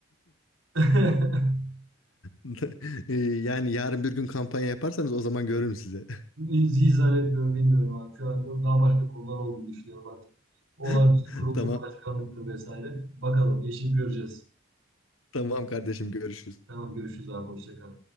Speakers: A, on the right; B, on the left.
A: <laughs>
B: <laughs> Ee, Yani yarın bir gün kampanya yaparsanız o zaman görürüm size.
A: Hiç, hiç zannetmiyorum. Bilmiyorum abi. Şu an daha başka konular olduğunu düşünüyorum artık. Olağanüstü
B: <laughs>
A: kurulur,
B: Tamam,
A: başkanlıktır vesaire. Bakalım. Yeşil göreceğiz.
B: tamam kardeşim görüşürüz.
A: Tamam. Görüşürüz abi. Hoşça kal.